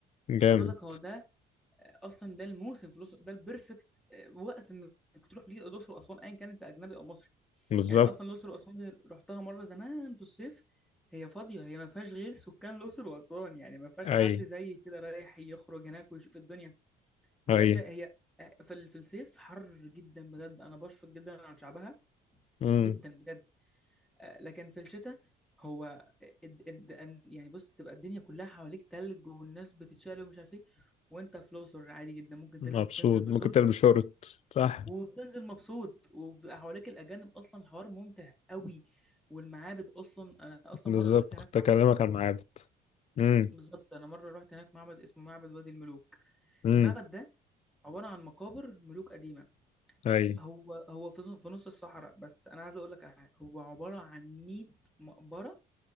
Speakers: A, on the left (about 40°); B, in the centre.
A: جامد
B: عايز اقول لك هو ده اصلا ده الموسم في الاقصر ده البرفكت وقت انك تروح ليه الاقصر واسوان ايا كان انت اجنبي او مصري
A: بالظبط
B: يعني اصلا الاقصر واسوان رحتها مره زمان في الصيف هي فاضيه هي ما فيهاش غير سكان الاقصر واسوان يعني ما فيهاش
A: اي
B: حد زي كده رايح يخرج هناك ويشوف الدنيا بجد
A: اي
B: هي آه، في ال- في الصيف حر جدا بجد انا بشفق جدا عن شعبها
A: امم
B: جدا بجد آه، لكن في الشتاء هو الد- الد- ان- يعني بص تبقى الدنيا كلها حواليك تلج والناس بتتشقلب ومش عارف ايه وانت في الاقصر عادي جدا ممكن
A: مبسوط
B: تلبس تنزل بشورت
A: ممكن تلبس شورت صح
B: وبتنزل مبسوط وبيبقى حواليك الاجانب اصلا الحوار ممتع قوي والمعابد اصلا انا اصلا
A: بالظبط
B: مره رحت هناك
A: كنت
B: معبد
A: اكلمك عن معابد امم
B: بالظبط انا مره رحت هناك معبد اسمه معبد وادي الملوك
A: امم
B: المعبد ده عباره عن مقابر ملوك قديمه
A: اي
B: هو هو في في نص الصحراء بس انا عايز اقول لك على حاجه هو عباره عن 100 مقبره